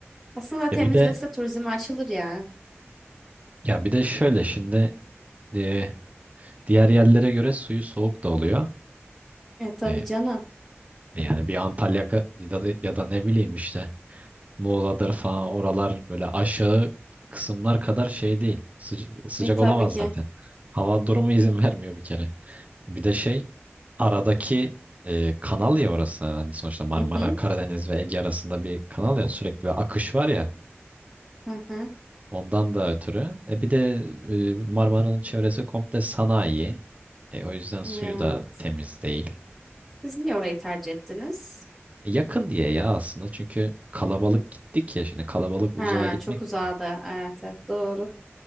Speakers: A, in the centre; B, on the right.
A: Aslında temizlese
B: E bir de
A: turizme açılır ya.
B: ya bir de şöyle şimdi e, diğer yerlere göre suyu soğuk da oluyor.
A: E tabii
B: E,
A: canım.
B: yani bir Antalya ka- ya da, ya da ne bileyim işte Muğla'dır falan oralar böyle aşağı kısımlar kadar şey değil. Sıca- sıcak
A: E tabii
B: olamaz
A: ki.
B: zaten. Hava durumu izin vermiyor bir kere. Bir de şey aradaki e, kanal ya orası. Hani sonuçta Marmara,
A: Hı hı.
B: Karadeniz ve Ege arasında bir kanal ya sürekli bir akış var ya.
A: Hı hı.
B: Ondan da ötürü. E bir de e, Marmara'nın çevresi komple sanayi. E, o yüzden suyu
A: Evet.
B: da temiz değil.
A: Siz niye orayı tercih ettiniz?
B: E, yakın diye ya aslında çünkü kalabalık gittik ya şimdi kalabalık uzağa
A: Ha,
B: gitmek
A: çok uzadı.
B: zor.
A: Evet, evet doğru.